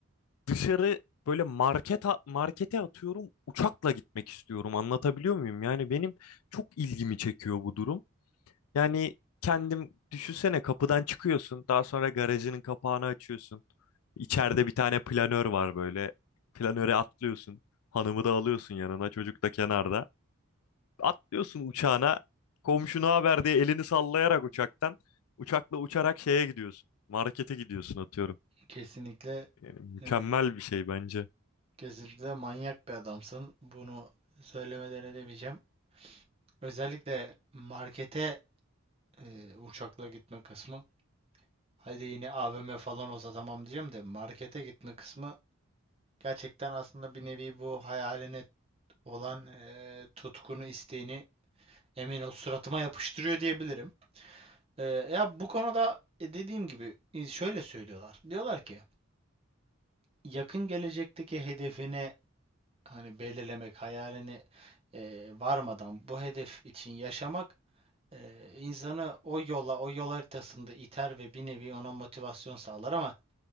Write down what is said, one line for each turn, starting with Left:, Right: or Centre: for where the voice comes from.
Left: dışarı böyle market markete atıyorum uçakla gitmek istiyorum. Anlatabiliyor muyum? Yani benim çok ilgimi çekiyor bu durum. Yani kendim düşünsene kapıdan çıkıyorsun. Daha sonra garajının kapağını açıyorsun. İçeride bir tane planör var böyle. Planöre atlıyorsun. Hanımı da alıyorsun yanına. Çocuk da kenarda. Atlıyorsun uçağına. Komşuna haber diye elini sallayarak uçaktan. Uçakla uçarak şeye gidiyorsun. Markete gidiyorsun atıyorum.
Right: Kesinlikle
Left: Yani mükemmel
Right: e,
Left: bir şey bence.
Right: kesinlikle manyak bir adamsın. Bunu söylemeden edemeyeceğim. Özellikle markete e, uçakla gitme kısmı. Hadi yine AVM falan olsa tamam diyeceğim de markete gitme kısmı Gerçekten aslında bir nevi bu hayaline olan eee, tutkunu, isteğini emin ol suratıma yapıştırıyor diyebilirim. Eee, ya bu konuda e, dediğim gibi e, şöyle söylüyorlar. Diyorlar ki yakın gelecekteki hedefini hani belirlemek, hayalini eee, varmadan bu hedef için yaşamak eee, insanı o yola, o yol haritasında iter ve bir nevi ona motivasyon sağlar ama